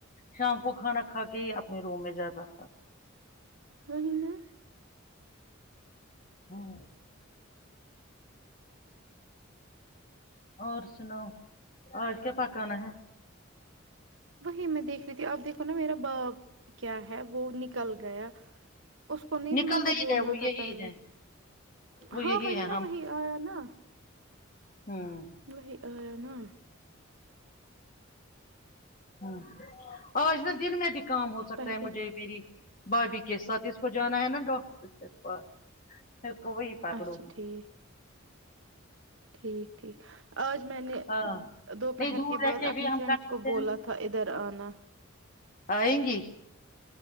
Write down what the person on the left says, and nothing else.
شام کو کھانا کھا کے ہی اپنے روم میں جاتا تھا
ہاں اور سناؤ اج کیا پکانا ہے
نکل
رہی
ہے وہ یہی
ہے وہ
یہی
ہے
ہاں
ہاں آج نا دن میں بھی کام ہو سکتا
ہے مجھے میری بھابھی کے ساتھ اس کو جانا ہے نا ڈاکٹر کے پاس اسکو وہی پکڑو
ہاں
نہیں دور
رہ
بھی
ہم
کر سکتے
ہیں نا
آئیں گی